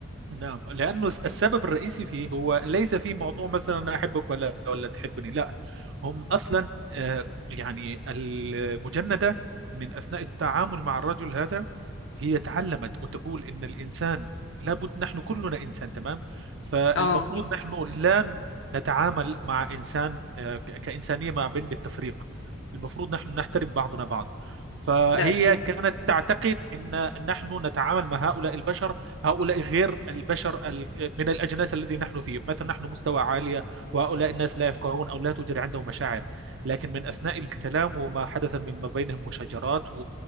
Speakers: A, on the right; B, on the left.
A: نعم لأنه السبب الرئيسي فيه هو ليس في موضوع مثلا أنا أحبك ولا ولا تحبني لا هم أصلا آه، يعني المجندة من أثناء التعامل مع الرجل هذا هي تعلمت وتقول إن الإنسان لابد نحن كلنا إنسان تمام فالمفروض
B: اه
A: نحن لا نتعامل مع إنسان آه، ك- كإنسانية ما بين بالتفريق المفروض نحن نحترم بعضنا بعض فهي
B: ده اكيد
A: كانت تعتقد ان نحن نتعامل مع هؤلاء البشر هؤلاء غير البشر ال- من الأجناس الذي نحن فيه مثلا نحن مستوى عالية وهؤلاء الناس لا يفقهون أو لا توجد عندهم مشاعر لكن من أثناء الكلام وما حدث من ما بينهم مشاجرات